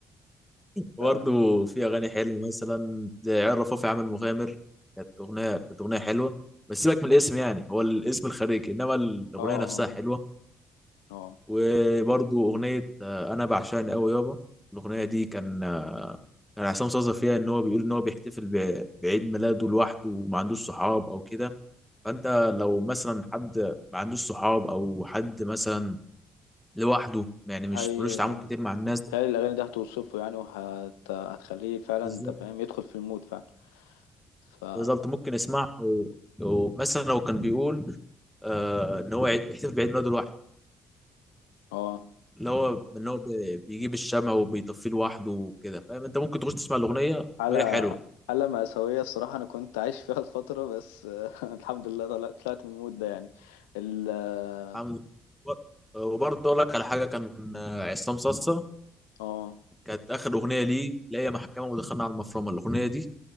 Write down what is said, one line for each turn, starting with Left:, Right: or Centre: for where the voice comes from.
Centre: برضه
Left: ف- اه
Centre: في اغاني حلوه مثلا زي عيال رفاف يا عم المغامر كانت اغنيه كانت اغنيه حلوه بس سيبك من الاسم يعني هو الاسم الخارجي انما الاغنيه
Left: اه
Centre: نفسها حلوه
Left: اه
Centre: وبرضو أغنية آه، أنا بعشقني أوي يابا الأغنية دي كان آه، كان عصام صاصا فيها إن هو بيقول إن هو بيحتفل ب- بعيد ميلاده لوحده وما عندوش صحاب أو كده فأنت لو مثلا حد ما عندوش صحاب أو حد مثلا لوحده يعني مش
Left: هي
Centre: ملوش تعامل كتير مع الناس
Left: بتهيألي الأغاني دي هتوصفه يعني وهت... هتخليه فعلا
Centre: بالظبط
Left: أنت فاهم يدخل في المود فعلا فا
Centre: بالظبط، ممكن يسمعها و- ومثلا لو كان بيقول آه إن هو عيد- بيحتفل بعيد ميلاده لوحده
Left: اه
Centre: اللي هو إن هو بي- بيجيب الشمع وبيطفيه لوحده وكده فاهم أنت ممكن تخش تسمع الأغنية
Left: حالة
Centre: وهي حلوة
Left: حالة مأساوية الصراحة أنا كنت عايش فيها الفترة بس آه، <laughs> الحمد لله طلعت طلعت من المود ده يعني ال اه
Centre: حمزة وبرضه اقول لك على حاجه كان آه، عصام صاصا
Left: آه،
Centre: كانت اخر اغنيه ليه لا هي محكمه ودخلنا على المفرمه الاغنيه دي